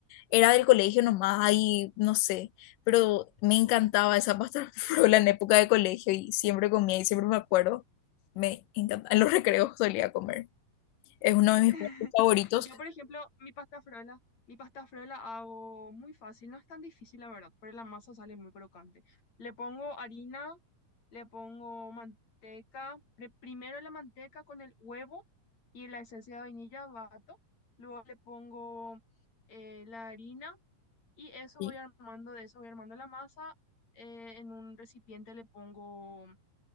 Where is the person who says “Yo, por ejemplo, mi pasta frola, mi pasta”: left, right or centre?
Left